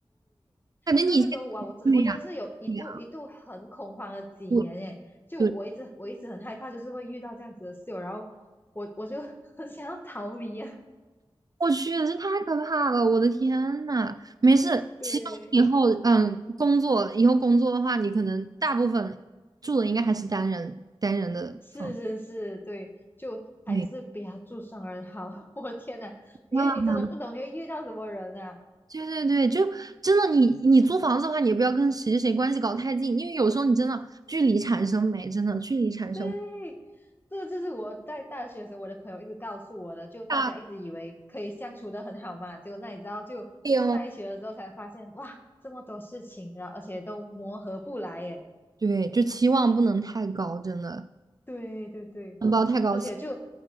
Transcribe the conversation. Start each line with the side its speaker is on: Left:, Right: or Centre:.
Right: 感觉你以前
Left: 然后那时候哇，我真我真的是有一度一度很恐慌了几年耶，
Right: 对呀、对呀、我
Left: 就我一直我一直很害怕，
Right: 对，
Left: 就是会遇到这样子的室友，然后我我就 <laughs> 很想要逃离啊，
Right: 我去，这太可怕了！我的天呐，没事，
Left: 对。
Right: 其实以后嗯，工作以后工作的话，你可能大部分住的应该还是单人单人的房。
Left: 是是是，对，就还是不要住双人好。
Right: 对
Left: <laughs> 我的天呐，因为你真的不懂你会遇到什么人啊。
Right: 啊，对对对，就真的你你租房子的话，你也不要跟谁谁谁关系搞太近，因为有时候你真的距离产生美，真的距离产生
Left: 对，这就是我在大学的时候，我的朋友一直告诉我的，就大家一直以为可以相处的很好嘛，
Right: 大
Left: 结果那你知道，就住在一起了之后才发现，
Right: 病
Left: 哇，这么多事情，然后而且都磨合不来耶。
Right: 对，就期望不能太高，真的
Left: 对对对，
Right: 不要太高，
Left: 而且就
Right: <laughs>